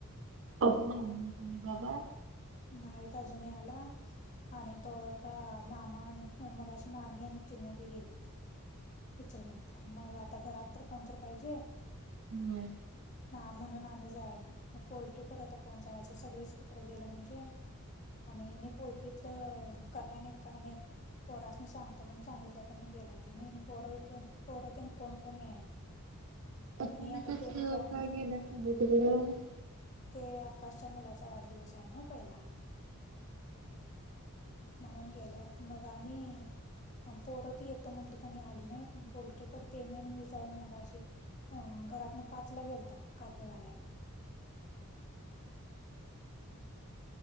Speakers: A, on the right; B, on the left.
A: अजून आले नाहीत आई-बाबा?
B: नाहीत अजून याला आणि तोळका मामा आणि मगाशी मामी आणि चिन्नू बी गेली इचलकंजीला म आता घरात तर कोणतर पाहिजे
A: होय
B: हा म्हणून आम्ही जायाय नाही मग पोल्ट्रीकड आता कोण जायाचं सगळीच तिकड गेलं म्हणजे आणि हेनी पोल्ट्रीतलं कराय नाहीत काय नाहीत पोरासनी सांगतो म्हणून सांगितल्यात आणि गेल्यात हेनी अन् पोर पोर तेन कोण कोण याय नाहीत.
A: आपल्यालाच
B: मी आणि
A: अस
B: त्यानी जाऊन
A: का गेल्यात <unintelligible>
B: ते आकाशच्या मुलाचा वाढदिवस आहे ना पहिला. म्हणून गेल्यात मग आम्ही अन् पोर ती येतो म्हटली आणि आली नाहीत. पोल्ट्रीकडे तेनी अन् मी जाऊन मगाशी अ घरातन पाचला गेलताव <unintelligible> घालायला. <inaudible> <inaudible>